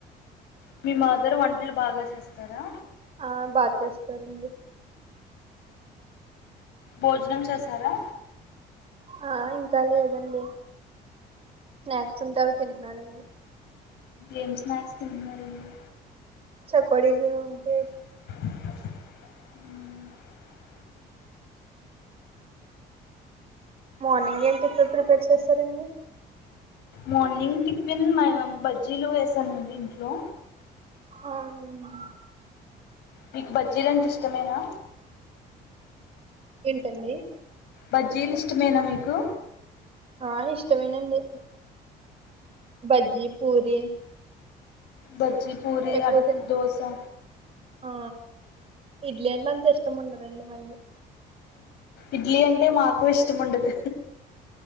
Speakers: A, on the left (about 80°); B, on the right (about 35°).
A: మీ మదర్ వంటలు బాగా చేస్తారా
B: ఆ బాగా చేస్తారండి
A: భోజనం చేసారా
B: ఆ ఇంకా లేదండి స్నాక్స్ ఉంటే అవి తింటున్నారండి
A: ఏం స్నాక్స్ తింటున్నారండి
B: చకోడిలు అంతే
A: అ
B: మార్నింగ్ ఏం టిఫిన్ ప్రిపేర్ చేస్త సరేనే
A: మార్నింగ్ టిఫిన్ మ బజ్జీలు వేసానండి ఇంట్లో
B: ఆహా
A: మీకు బజ్జీల అంటే ఇష్టమేనా
B: ఏంటండి
A: బజ్జీలిస్టమేనా మీకు
B: ఆ ఇష్టమేనండి బజ్జీ పూరి
A: బజి పూరి
B: ఎక్కువ
A: అట్
B: తింటాం
A: దోసా
B: ఆ ఇడ్లీ అంటే అంత ఇష్టం ఉండదండి మళ్ళీ
A: ఇడ్లీ అంటే మాకు ఇష్టముండదు